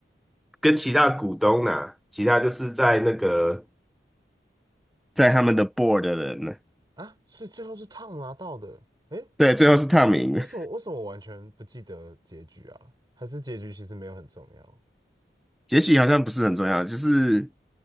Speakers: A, in the centre; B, on the right.
A: 跟其他股东呐、其他就是在那个在他们的 board 的人呢，
B: 啊？是最后是 Tom 拿到的？诶，
A: 对，最后是 Tom 赢了
B: 为什么为什么我完全不记得结局啊？还是结局其实没有很重要？
A: 结局好像不是很重要，就是